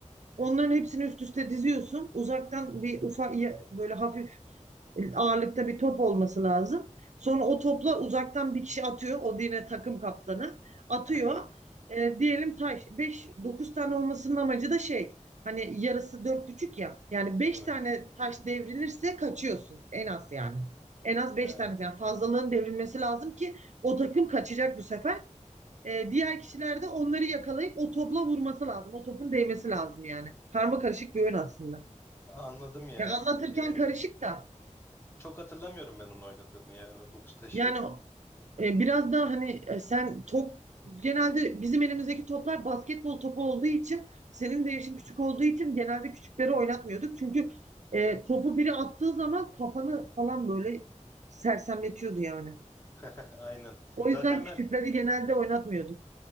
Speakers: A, on the right (about 65°); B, on the left (about 20°).
A: Onların hepsini üst üste diziyorsun. Uzaktan bir ufak böyle hafif ağırlıkta bir top olması lazım. Sonra o topla uzaktan bir kişi atıyor. O yine takım kaptanı atıyor.
B: <laughs> Evet.
A: E, diyelim taş beş 9 tane olmasının amacı da şey hani yarısı dört buçuk ya. Yani beş
B: Evet.
A: tane taş devrilirse kaçıyorsun en az yani. En az beş
B: Ee,
A: tane yani fazlalığın devrilmesi lazım ki o takım kaçacak bu sefer. E, diğer kişiler de onları yakalayıp o topla vurması lazım. O topun değmesi lazım yani. Karma karışık bir oyun aslında.
B: anladım ya.
A: Ya anlatırken
B: Eğlenceli.
A: karışık da
B: Çok hatırlamıyorum ben onu oynadığımı ya. O dokuz taşı.
A: yani e, biraz daha hani e, sen top genelde bizim elimizdeki toplar basketbol topu olduğu için senin de yaşın küçük olduğu için genelde küçükleri oynatmıyorduk. Çünkü e, topu biri attığı zaman kafanı falan böyle sersemletiyordu yani.
B: <laughs> Aynen.
A: O
B: Zaten
A: yüzden küçükleri
B: ben
A: genelde oynatmıyorduk.